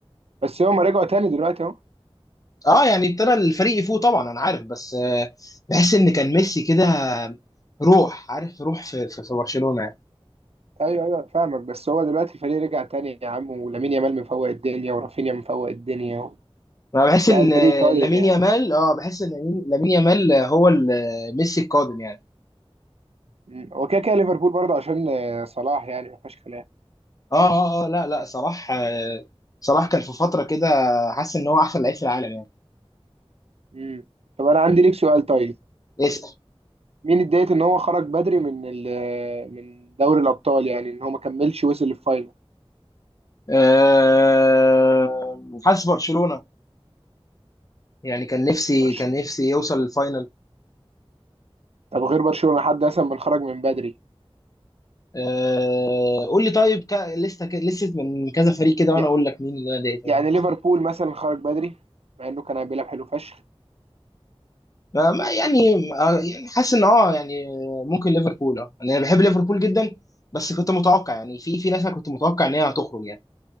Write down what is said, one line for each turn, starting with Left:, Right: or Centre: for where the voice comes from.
Right: بس هم رجعوا تاني دلوقتي اهو
Left: اه يعني ابتدى الفريق يفوق طبعا انا عارف بس آه، بحس ان كان ميسي كده روح عارف روح في في, في برشلونه يعني
Right: ايوه ايوه فاهمك بس هو دلوقتي الفريق رجع تاني يا عم ولامين يامال مفوق الدنيا ورافينيا مفوق الدنيا و...
Left: انا بحس
Right: لا
Left: ان
Right: الفريق
Left: آه،
Right: طاير
Left: لامين
Right: يعني
Left: يامال اه بحس ان لامين لامين يامال آه، هو ال- آه، ميسي القادم يعني
Right: مم. هو كده كده ليفربول برضه عشان آه، صلاح يعني ما فيهاش كلام
Left: اه اه اه لا لا صلاح آه، صلاح كان في فتره كده حاسس ان هو احسن لعيب في العالم يعني
Right: مم. طب انا عندي ليك سؤال طيب
Left: اسأل
Right: مين اتضايق ان هو خرج بدري من ال- آه، من دوري الابطال يعني ان هو ما كملش وصل للفاينل
Left: آه، حاسس برشلونه يعني كان نفسي
Right: برش-
Left: كان نفسي يوصل الفاينل
Right: طب غير برشلونة حد مثلا من خرج من بدري
Left: آه، قول لي طيب كا- لسه ك- لسه من كذا فريق كده وانا
Right: يع-
Left: اقول لك مين اللي انا ضايقته
Right: يعني
Left: منه.
Right: ليفربول مثلا خرج بدري مع انه كان بيلعب حلو فشخ
Left: آه، ما يعني آه، يعني حاسس ان اه يعني ممكن ليفربول اه يعني انا بحب ليفربول جدا بس كنت متوقع يعني في في ناس انا كنت متوقع ان هي هتخرج يعني